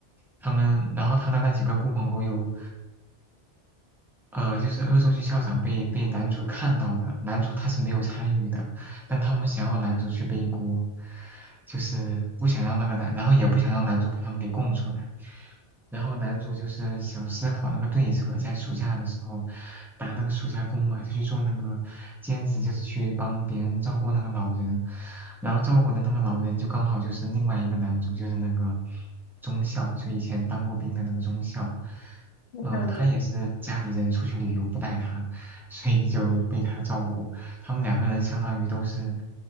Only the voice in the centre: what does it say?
他们，然后他的那几个狐朋狗友呃，就是恶作剧校长被被男主看到了，男主他是没有参与的，但他们想要男主去背锅，就是不想让那个男，然后也不想让男主把他们给供出来，然后男主就是想思考那个对策，在暑假的时候打那个暑假工嘛，他去做那个兼职，就是去帮别人照顾那个老人，然后照顾的那个老人就刚好就是另外一个男主，就是那个中校，就以前当过兵的那个中校。
嗯、他也是家里人出去旅游不带他，所以就被他照顾。他们两个人相当于都是，